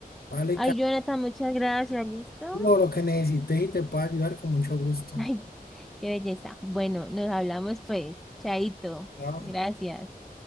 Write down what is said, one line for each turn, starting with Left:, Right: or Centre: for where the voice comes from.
Left: Vale,
Centre: Ay,
Left: Carlos,
Centre: Jonathan, muchas gracias, ¿listo? <laughs>
Left: lo que necesites y te puedo ayudar con mucho gusto.
Centre: Ay, qué belleza. Bueno, nos hablamos pues, chaito,
Left: Chao.
Centre: gracias.